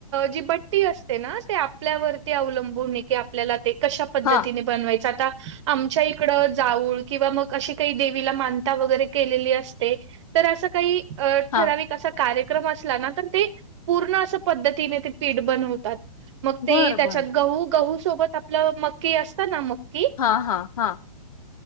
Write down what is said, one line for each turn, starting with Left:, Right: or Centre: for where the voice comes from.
Right: जी बट्टी असते ना ते आपल्यावरती अवलंबून की आपल्याला ते कशा पद्धतीने
Left: हा
Right: बनवायच आता आमच्या इकड जाऊळ किंवा मग अशी काही देवीला मानता वगैरे केलेली असते तर असं काही अ
Left: हा
Right: ठराविक असा कार्यक्रम असला ना तर ते पूर्ण असं पद्धतीने ते पीठ बनवतात मग ते
Left: बर
Right: त्याच्यात
Left: बर
Right: गहू गहू सोबत आपलं मक्की असत ना मक्की
Left: हा हा हा